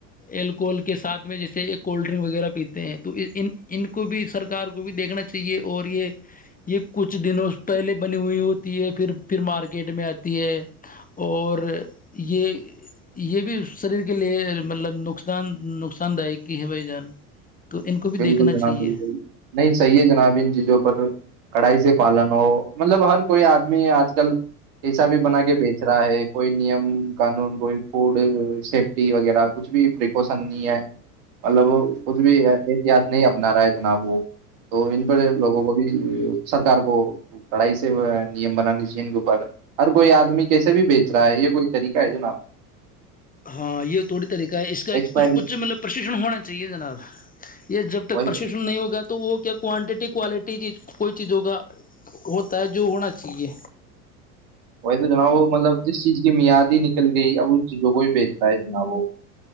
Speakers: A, on the left (about 20°); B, on the right (about 55°).
A: اللکہل کے ساتھ میں جیسے کولڈ ڈرنک وغیرہ پیتے ہیں تو ان ان کو بھی سرکار کو بھی دیکھنا چاہیے اور یہ یہ کچھ دنوں پہلے بنی ہوئی ہوتی ہے پھر پھر مارکیٹ میں آ ہے اور یہ یہ بھی شریر کے لیے مطلب نقصان نقصان دائ ہے بھائی جان تو ان کو بھی
B: بالکل
A: دیکھنا
B: جناب
A: چاہیے
B: بالکل نہیں صحیح ہے جناب ان چیزوں پر کڑھائی سے پالن ہو مطلب ہر کوئی آدمی آج کل پیسہ بھی بنا کے بیچ رہا ہے کوئی نیم قانون کوئی فوڈ سیفٹی وغیرہ کچھ بھی پریکوشن نہیں ہے مطلب کچھ بھی یاد نہیں اپنا رہا ہے جناب وہ تو ان پر لوگوں کو بھی سرکار کو لڑائی سے نیم بنانے چاہیے ان کے اوپر ہر کوئی آدمی کیسے بھی بیچ رہا ہے یہ کوئی طریقہ ہے جناب
A: ہاں یہ تھوڑی طریقہ ہے اس کا
B: ایکسپائری
A: کچھ کچھ مطلب پرشکشن ہونا چاہیے جناب یہ جب تک
B: وہی
A: پرشکشن نہیں ہوگا تو تو وہ کیا کوانٹیٹی کوالٹی چی کوئی چیزوں کا ہوتا ہے جو ہونا چاہیے
B: وہی تو جناب وہ مطلب جس چیز کی میاد ہی نکل گئی اب اس چیزوں کو بھی بچ رہا ہے جناب وہ